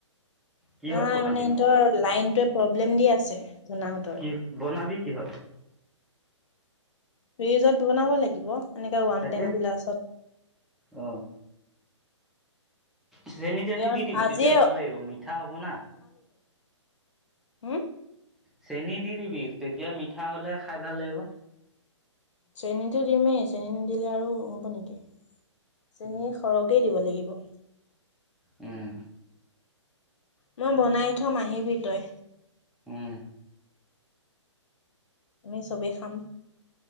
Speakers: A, in the centre; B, on the left.
A: কিহত
B: নাই
A: বনাবিনো?
B: মানে সিহঁতৰ লাইনটোৱে প্ৰব্লেম দি আছে ধূনাহঁতৰ
A: কি বনাবি কি হ'ল
B: ফ্ৰিজত বনাব লাগিব এনেকে ওৱান
A: তাকে
B: টাইম গিলাছত
A: অ চেনি তেনি
B: এ
A: দি দিবি
B: আজিয়ে
A: তেতিয়া ভাল লাগিব মিঠা হ'ব না
B: উম
A: চেনী দি দিবি তেতিয়া মিঠা হলে খাই ভাল লাগিব
B: চেনীটো দিমেই চেনী নিদিলে আৰু হ'ব নেকি চেনি
A: উম
B: সৰহকে দিব লাগিব <inaudible>
A: উম
B: মই বনাই থম আহিবি তই
A: উম
B: আমি চবেই খাম